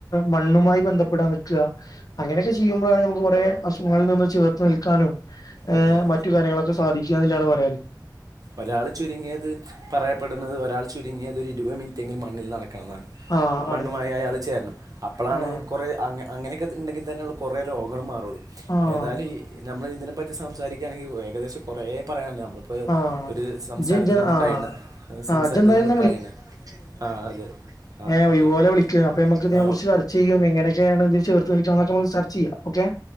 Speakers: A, on the left; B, on the right.
A: മണ്ണുമായി ബന്ധപ്പെടാൻ നിൽക്ക അങ്ങനെയൊക്കെ ചെയ്യുമ്പോഴാണ് നമുക്ക് കൊറേ അസുഖങ്ങളിൽ നിന്ന് ചേർത്തു നിൽക്കാനും ഏ
B: അതെ അതെ
A: മറ്റു കാര്യങ്ങളൊക്കെ സാധിക്കാന്നില്ലാണ് പറയാല്
B: ഒരാൾ ചുരുങ്ങിയത് പറയപ്പെടുന്നത് ഒരാൾ ചുരുങ്ങിയത് ഒരു ഇരുപ മിനിറ്റെങ്കിലും മണ്ണിൽ നട ക്കണംന്നാണ്
A: ആഹ്
B: മണ്ണു
A: ആണ്
B: മയായി അയാള് ചേരണം അപ്പോളാണ്
A: ആഹ്
B: കുറേ അങ്ങ അങ്ങനെക്കെ ഉണ്ടെങ്കി തന്നൊള്ളു കുറേ രോഗങ്ങൾ മാറൊള്ളൂ
A: ആഹ്
B: ഏതായ്ലു ഈ ഞമ്മള് ഇതിനെപ്പറ്റി സംസാരിക്കയാണെങ്കിൽ ഏകദേശം കൊറേ പറയാണ്ട് നമ്മളിപ്പോ
A: ആഹ്
B: സംസാരത്തിലൊന്ന്
A: ജ് ജ് ആഹ്
B: കഴിണ് സംസാരത്തിലൊന്ന്
A: ആഹ് ജെന്തായാലും
B: കഴണ് ആഹ അതെ ആ
A: ഏ ഒഴിവ്പോലെ
B: ഓക്കെ
A: വിളിക്ക് അപ്പൊ നമ്മക്ക് ഇതിനെ
B: ആ
A: കുറിച്ച്ർച്ചെയ്യും എങ്ങനൊക്കെയാണ് ഇത് ചേർത്ത് <unintelligible> ചർച്ച ചെയ്യ ഓക്കെ